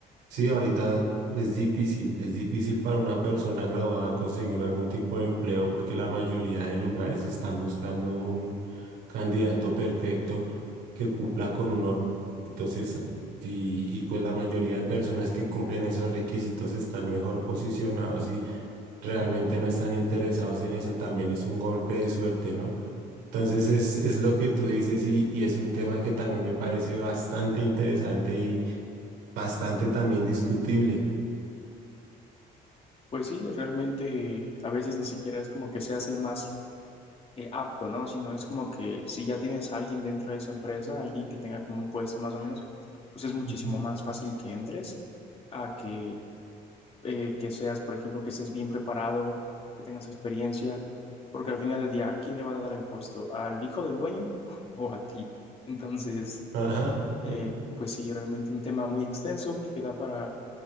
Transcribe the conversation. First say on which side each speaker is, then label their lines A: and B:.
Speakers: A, on the right (about 85°); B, on the left (about 35°).
A: Sí, ahorita es difícil, es difícil para una persona graduada conseguir algún tipo de empleo porque la mayoría de lugares están buscando un candidato perfecto que cumpla con unos requisitos exactos y, y pues la mayoría de personas que cumplen esos requisitos están mejor posicionados y realmente no están interesados en eso. También es un golpe de suerte, ¿no? Entonces es, es lo que tú dices y, y es un tema que también me parece bastante interesante y bastante también discutible.
B: Pues sí, realmente a veces ni siquiera es como que seas el más eh, apto, ¿no? Sino es como que si ya tienes a alguien dentro de esa empresa, alguien que tenga como un puesto más o menos, pues es muchísimo
A: Ujú.
B: más fácil que entres a que, eh, que seas, por ejemplo, que estés bien preparado, que tengas experiencia, porque al final del día, ¿a quién le van a dar el puesto? ¿Al hijo del dueño <laughs> o a ti? Entonces,
A: Ajá.
B: eh,
A: <laughs>
B: pues sí, realmente un tema muy extenso que da para